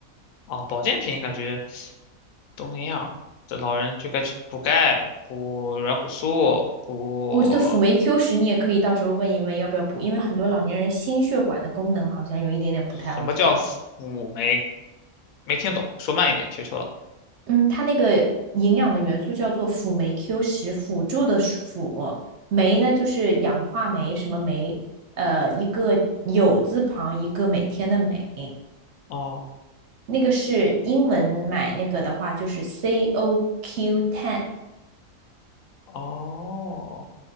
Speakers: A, on the left; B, on the right.
A: 哦，保健品感觉都那样儿这老人就该去补钙、补软骨素、补
B: 我觉得辅酶 Q 十你也可以到时候问一问要不要补，因为很多老年人心血管的功能好像有一点点不太
A: 什么叫辅酶？
B: OK 了。
A: 没听懂，说慢一点，求求了。
B: 嗯，它那个营养的元素叫做辅酶 Q 十，辅助的辅，酶呢就是氧化酶，什么酶？呃，一个有字旁，一个每天的每，
A: 哦
B: 那个是英文买那个的话就是 C O Q ten。
A: 哦，